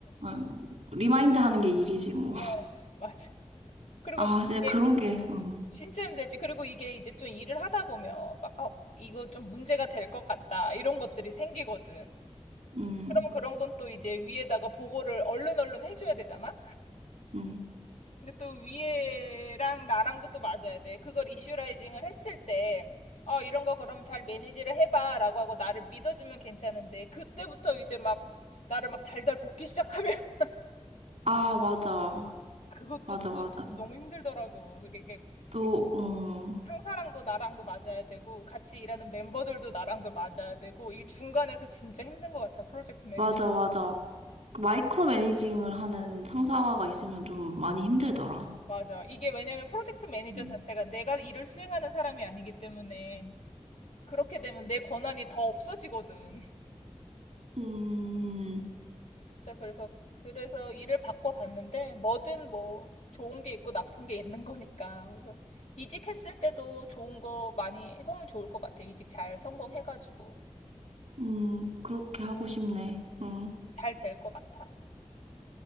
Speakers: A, on the right; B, on the left.
A: 어, 리마인드 하는 게 일이지, 뭐.
B: 어, 맞아. 그리고
A: 아, 진짜 그런
B: 이게
A: 게, 음,
B: 진짜 힘들지. 그리고 이게 이제 좀 일을 하다 보면 막 어, 이거 좀 문제가 될 것 같다. 이런 것들이 생기거든.
A: 음,
B: 그러면 그런 건 또 이제 위에다가 보고를 얼른 얼른 해줘야 되잖아.
A: 음.
B: 근데 또 위에랑 나랑도 또 맞아야 돼. 그걸 이슈라이징을 했을 때, 어, 이런 거 그럼 잘 매니지를 해봐. 라고 하고 나를 믿어주면 괜찮은데, 그때부터 이제 막 나를 막 달달 볶기 시작하면 <laughs>
A: 아, 맞아.
B: 그것도
A: 맞아, 맞아.
B: 또 너무 힘들더라고. 그게 이게
A: 또, 응
B: 상사랑도 나랑도 맞아야 되고, 같이 일하는 멤버들도 나랑도 맞아야 되고, 이게 중간에서 진짜 힘든 것 같아. 프로젝트 매니저.
A: 맞아,
B: <laughs>
A: 맞아. 그 마이크로 매니징을 하는 상사가 있으면 좀 많이 힘들더라.
B: 맞아. 이게 왜냐면 프로젝트 매니저
A: 음,
B: 자체가 내가 일을 수행하는 사람이 아니기 때문에, 그렇게 되면 내 권한이 더 없어지거든.
A: 음,
B: 진짜 그래서 그래서 일을 바꿔봤는데 뭐든 뭐 좋은 게 있고 나쁜 게 있는 거니까 그래서 이직했을 때도 좋은 거 많이 해보면 좋을 것 같아. 이직 잘 성공해가지고
A: 음, 그렇게 하고 싶네. 음,
B: 잘 될 것 같아.